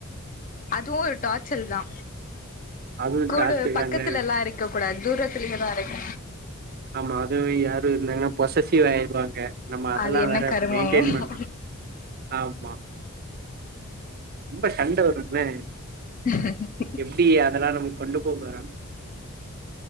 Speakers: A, on the left (about 40°); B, on the right (about 45°).
A: அதுவு ஒரு டார்ச்சல் தா
B: அதுவும்
A: கூடு
B: டாக்ஸிக்
A: பக்கத்துலல்லா
B: தாங்க.
A: இருக்க கூடா தூரத்துலேயே தா இருக்
B: ஆமா அதுவு யாரு இருந்தாங்கன்னா பொசசிவ் ஆயிறுவாங்க நம்ம அதெல்லா
A: அது என்ன
B: வேற
A: கருமமோ
B: மெயின்டென் பண்ணு ஆமா ரொம்ப சண்ட வருமே
A: <unintelligible>
B: எப்டி அதெல்லா நம் கொண்டு போ போறோம்